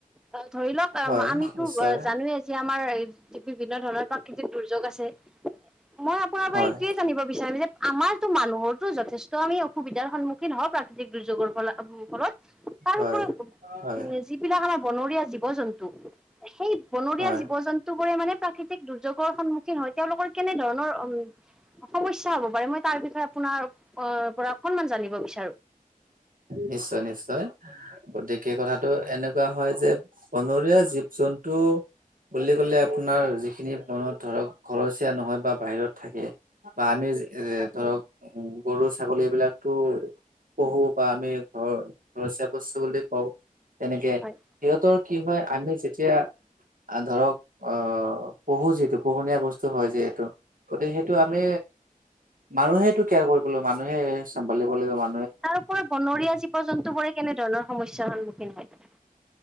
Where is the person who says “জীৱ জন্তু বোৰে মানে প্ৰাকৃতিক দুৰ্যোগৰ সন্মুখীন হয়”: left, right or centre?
Centre